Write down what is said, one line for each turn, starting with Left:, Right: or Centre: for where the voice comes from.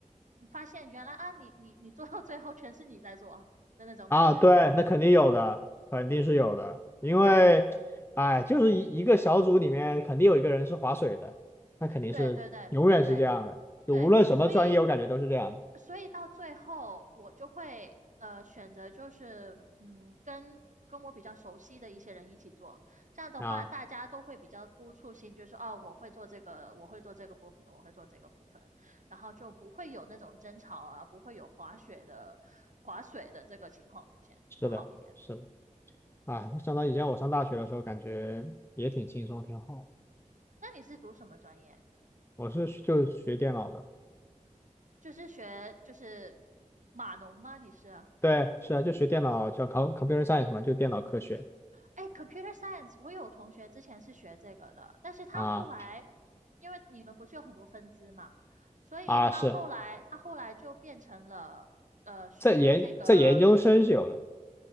Right: 发现原来啊，你你你做到最后全是你在做的那种感觉。
Left: 啊，对，那肯定有的，肯定是有的，因为，
Right: 对，
Left: 哎，就是一一个小组里面肯定有一个人是划水的，那肯定是永远是这样的，
Right: 对对对对
Left: 就无论什么专业，
Right: 对，所以
Left: 我感觉都是这样
Right: 所以到最后我就会呃选择就是嗯跟跟我比较熟悉的一些人一起做，这样的话大家都会比较督促性，
Left: 的啊。
Right: 就是哦我会做这个，我会做这个部分，我会做这个部分，然后就不会有那种争吵啊，不会有滑雪的滑水的这个情况出现，
Left: 是的，
Right: 就好一点。
Left: 是的，哎，我想到以前我上大学的时候，感觉也挺轻松，挺好的。
Right: 那你是读什么专业？
Left: 我是就学电脑的，
Right: 就是学就是码农吗？你是？
Left: 对，是啊，就学电脑叫 com computer science 嘛，就电脑科学
Right: 哎，computer science，我有同学之前是学这个的，但是他后来，
Left: 啊
Right: 因为你们不是有很多分支嘛，所以他后来他后来就变成了呃学这个，
Left: 啊，是在研在研究生是有的